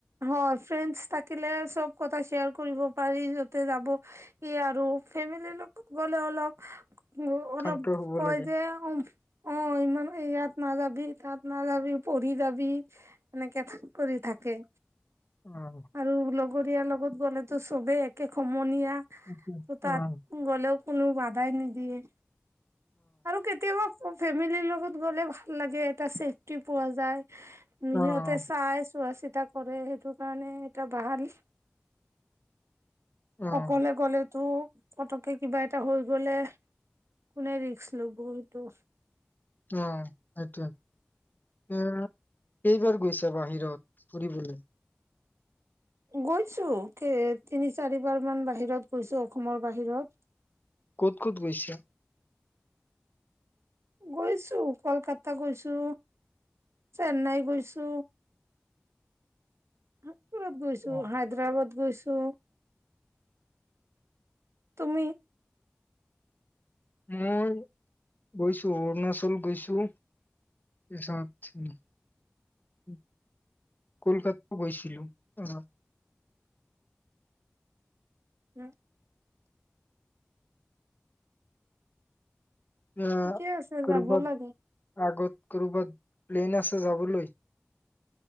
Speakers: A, on the right (about 85°); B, on the left (about 45°).
A: হয় ফ্ৰেণ্ডছ থাকিলে চব কথা শ্বেয়াৰ কৰিব পাৰি তে যাব এই আৰু ফেমিলি লগত গ'লে অলপ অলপ
B: শান্ত হব
A: কয়
B: লাগে
A: যে উম অ ইমান ইয়াত নাযাবি তাত নাযাবি পৰি যাবি এনেকে ঠাক কৰি থাকে
B: অ
A: আৰু লগৰীয়াৰ লগত গ'লেতো চবেই একে সমনীয়া অ
B: উম
A: তাত
B: উম
A: গ'লেও কোনো বাধাই নিদিয়ে আৰু কেতিয়াবা ফে ফেমিলিৰ লগত গ'লে ভাল লাগে এটা চেফটি পোৱা যায়
B: উম
A: ইহতে চাই চোৱা চিতা কৰে সেইটো কাৰণে এটা বাহাদুৰি <unintelligible>
B: উম উম
A: তটো পতকে কিবা এটা হৈ গ'লে কোনে ৰিক্স ল'ব এইটো?
B: অ' এইটোয়ে এ কেইবাৰ গৈছা বাহিৰত ফুৰিবলৈ?
A: গৈছো কে, তিনি চাৰিবাৰ মান বাহিৰত গৈছো অসমৰ বাহিৰত।
B: ক'ত ক'ত গৈছা?
A: গৈছো কলকাতা গৈছো, চেন্নাই গৈছো। <inaudible> ৰত গৈছো,
B: অ
A: হায়দৰাবাদ গৈছো। ছ'। তুমি?
B: মই গৈছো, অৰুণাচল গৈছো, তাৰ পিছত উম, উম, কলকাত গৈছিলো। <unintelligible>
A: <inaudible>
B: ইয়া,
A: ঠিকে আছে
B: ক'ৰবাত
A: যাব লাগে
B: আগত। ক'ৰবাত প্লেন আছে যাবলৈ?